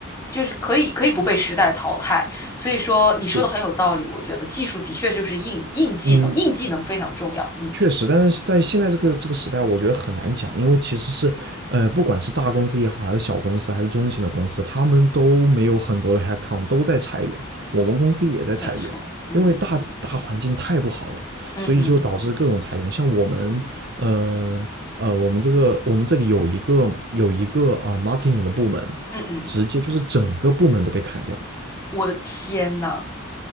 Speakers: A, on the left; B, on the right.
A: 就是可以可以不被时代淘汰。所以说你说的很有道理，
B: 是。
A: 我觉得技术的确就是硬硬技能，
B: 嗯，
A: 硬技能非常重要。嗯，
B: 确实，但是在现在这个这个时代，我觉得很难讲，因为其实是，呃，不管是大公司也好，还是小公司，还是中型的公司，他们都没有很多的 headcount，都在裁员。我们公司也在裁员，
A: 没错。嗯
B: 因为大大环境太不好了，
A: 嗯嗯
B: 所以就导致各种裁员。像我们，呃呃，我们这个我们这里有一个有一个啊、呃 marketing 的部门，
A: 嗯嗯，
B: 直接就是整个部门都被砍掉了。
A: 我的天呐，